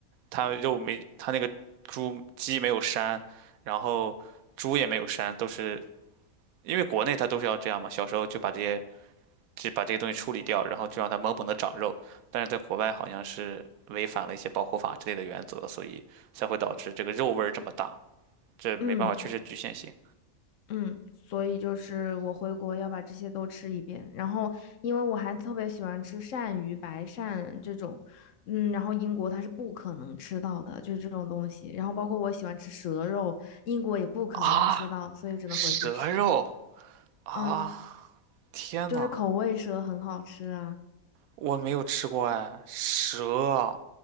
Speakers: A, on the right; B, on the left.
A: 它肉没，它那个猪鸡没有膻，然后猪也没有膻，都是因为国内它都是要这样嘛，小时候就把这些就把这些东西处理掉，然后就让它猛猛的长肉，但是在国外好像是违反了一些保护法之类的原则，所以才会导致这个肉味儿这么大，这没办法，
B: 嗯，
A: 确实局限性
B: 嗯，所以就是我回国要把这些都吃一遍，然后因为我还特别喜欢吃鳝鱼、白鳝这种，嗯，然后英国它是不可能吃到的，就是这种东西。然后包括我喜欢吃蛇肉，英国也不可能吃到，
A: 啊，
B: 所以只能回去吃。
A: 蛇肉啊，
B: 嗯，
A: 天呐，
B: 就是口味蛇很好吃啊，
A: 我没有吃过哎，蛇，